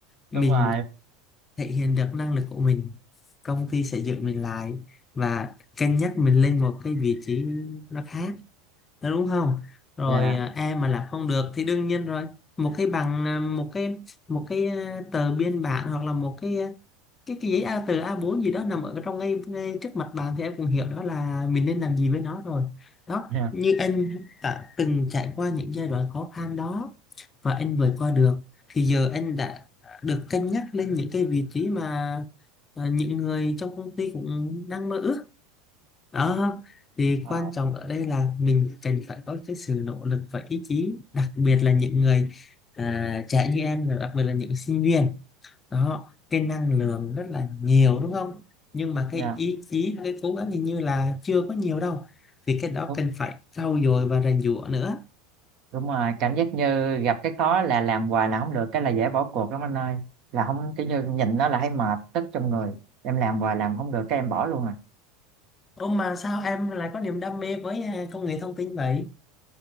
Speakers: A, on the left; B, on the right.
A: mình
B: đúng rồi
A: thể hiện được năng lực của mình công ty sẽ giữ mình lại và cân nhắc mình lên một cái vị trí nó khác đó, đúng không rồi
B: dạ
A: à, em mà làm không được thì đương nhiên rồi một cái bằng à, một cái một cái à, tờ biên bản hoặc là một cái à, cái cái giấy A từ a bốn gì đó nằm ở trong ngay, ngay trước mặt bạn thì em cũng hiểu đó là mình nên làm gì với nó rồi đó
B: dạ
A: như anh đã từng trải qua những giai đoạn khó khăn đó và anh vượt qua được thì giờ anh đã được cân nhắc lên những cái vị trí mà à, những người trong công ty cũng đang mơ ước đó thì
B: Ờ,
A: quan trọng ở đây là mình cần phải có cái sự nỗ lực và ý chí đặc biệt là những người à, trẻ như em rồi đặc biệt là những sinh viên đó cái năng lượng rất là nhiều đúng không nhưng mà cái
B: dạ
A: ý chí cái cố gắng hình như là chưa có nhiều đâu thì cái đó
B: đúng
A: cần phải trau dồi và rèn giũa nữa
B: đúng rồi cảm giác như gặp cái khó là làm hoài là không được cái là dễ bỏ cuộc lắm anh ơi là không cái như nhìn nó là thấy mệt tức trong người em làm hoài làm không được cái em bỏ luôn à.
A: Ô mà sao em lại có niềm đam mê với à, công nghệ thông tin vậy?